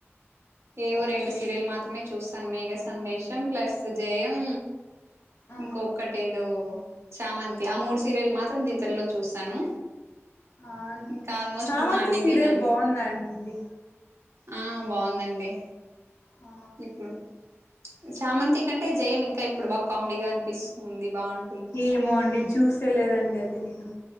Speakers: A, on the right; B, on the left.
A: ఏవో
B: ఓహో
A: రెండు సీరియల్ మాత్రమే చూస్తాను మేఘ సందేశం ప్లస్ జయం
B: ఆ
A: ఇంకొకటి ఏదో చామంతి ఆ మూడు సీరియల్ మాత్రం జీ తెలుగులో చూస్తాను
B: ఆ
A: ఇంకా ఆల్మోస్ట్
B: చామంతి
A: మా టీవీ
B: సీరియల్
A: నండి
B: బాగుంది అండి
A: ఆ బాగుందండి
B: ఆ
A: ఇప్పుడు చామంతి కంటే జయం ఇంకా ఇప్పుడు బాగా కామెడీగా అనిపిస్తుంది బాగుం
B: ఏమో అండి చూసేలేదండి అది నేను